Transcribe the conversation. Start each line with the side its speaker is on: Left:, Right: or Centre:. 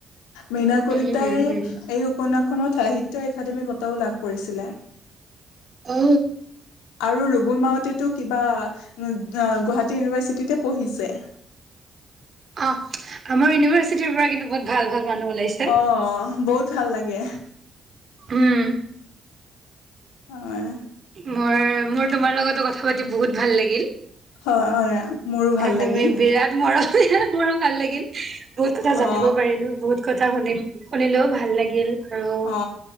Left: মৃণাল কলিতাই
Right: উম উম উম
Left: এই উপন্যাসখনত সাহিত্য একাডেমী বঁটাও লাভ কৰিছিলে।
Right: অ
Left: আৰু ৰুবুল মাউতেটো কিবা এ গুৱাহাটী ইউনিভাৰ্চিটিতে পঢ়িছে।
Right: অ', আমাৰ ইউনিভাৰ্চিটিৰ পৰা কিন্তু বহুত ভাল ভাল মানুহ ওলাইছে।
Left: অ', বহুত ভাল লাগে।
Right: উম।
Left: হয়।
Right: মই, মোৰ তোমাৰ লগতো কথা পাতি বহুত ভাল লাগিল।
Left: হয়, হয় মোৰো ভাল
Right: তুমি
Left: লাগিল।
Right: বিৰাট মৰ মোৰো ভাল লাগিল। বহুত কথা জানিব
Left: অ
Right: পাৰিলো, বহুত কথা শুনি, শুনিলেও, ভাল লাগিল আৰু
Left: অ